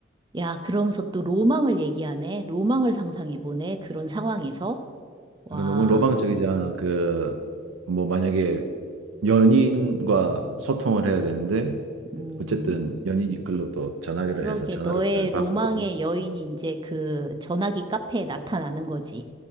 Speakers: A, on the right (about 20°); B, on the right (about 85°).
A: 야, 그러면서 또 로망을 얘기하네. 로망을 상상해보네. 그런 상황에서. 와,
B: 이거 너무 로망적이지 않아. 그, 뭐, 만약에 연인과 소통을 해야 되는데,
A: 음,
B: 어쨌든 연인이 글로 또 전화기를
A: 그러게.
B: 해서 전화를
A: 너의
B: 받고,
A: 로망의 여인이 이제 그 전화기 카페에 나타나는 거지.